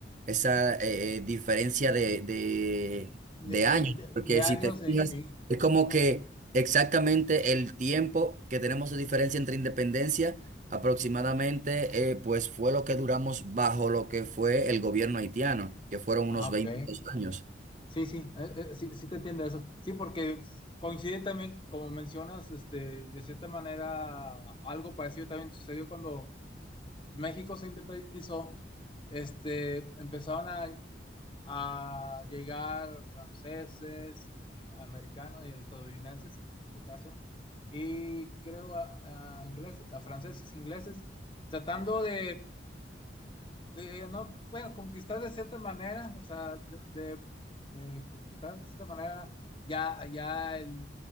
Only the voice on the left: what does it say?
De,
de- de-
de años
en,
en-
bueno,
Ah,
ok.
Sí, sí, eh, eh, sí, sí te entiendo eso. Sí, porque coincide también, como mencionas, este, de cierta manera, algo parecido también sucedió cuando México se independizó, este, empezaron a, a llegar franceses, y americanos y estadounidenses en este caso, y creo a, a ingleses, a franceses, ingleses, tratando de de no, bueno, conquistar de cierta manera, o sea, de, de- de conquistar de cierta manera ya, ya el